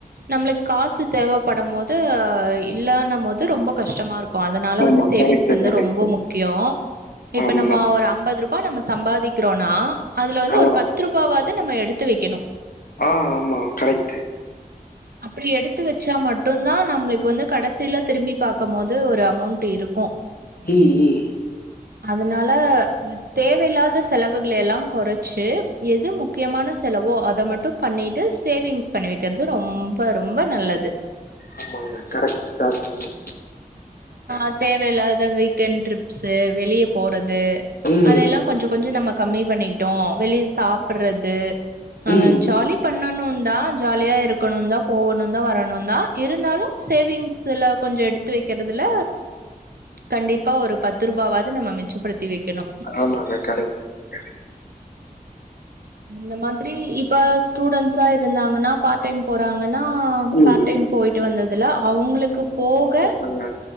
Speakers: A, on the right (about 85°); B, on the left (about 75°).
A: நம்மளுக் காசு தேவைப்படும் போது இல்லனு போது ரொம்ப கஷ்டமா இருக் கோ அதனால
B: ஆமா
A: வந்து சேவிங்ஸ்
B: கரெக்ட்
A: வந்து
B: கரெக்ட்
A: ரொம்ப முக்கியோ இப்ப
B: ஆமா
A: நம்ப ஒரு ஐம்பது ரூபா நம்ப சம்பாதிக்கிறோனா அதுல வந்து
B: ஆ
A: ஒரு பத் து ரூபாவது நம்ம எடுத்து வைக்கணு
B: ஆ ஆமா கரெக்ட்டு
A: அப்படி எடுத்து வச்சா மட்டுதா நம்பளுக்கு வந்து கடைசியில திரும்பி பார்க்கும் போது ஒரு அமௌண்ட் இருக் கு
B: ம் ம்
A: அதனால தேவையில்லாத செலவு கள் எல்லா கொறச்சு எது முக்கியமான செலவோ அத மட்டு பண்ணிட்டு சேவிங்ஸ் பண்ணி வைக்கிறது ரொம்ப ரொம்ப நல்லது
B: ஆமாங்க கரக்ட்டா சொன்னீங்க
A: ஆ தேவையில்லாத வீக்கெண்ட் ட்ரிப்ஸ்சு வெளிய போறது
B: ம்
A: அதெல்லா கொஞ்ச கொஞ்சோ நம்ம கம்மி பண்ணிட்டோ வெளிய சாப்பர்றது அ
B: ம் ம்.
A: ஜாலி பண்ணணு தா ஜாலியா இருக்கணு௱தா போகணு தான் வரணும் தா இருந்தாலும் சேவிங்ஸ் இதுல கொஞ்சோ எடுத்து வைக் கிறதுல கண்டிப்பா ஒரு பத்து ரூபாவது நம்ப மிச்சப்படுத்தி வைக்கணு
B: ஆமாங்க கரெக்ட் கரெக்ட்
A: அந்த மாதிரி இப்ப ஸ்டூடெண்ட்ஸா இருந்தாங்கன்னா பார்ட் டைம் போகறாங்கன்னா
B: ம்
A: பார்ட் டைம் போயிட்டு வந்ததுல அவுங்களுக்கு போக
B: ஆமாங்க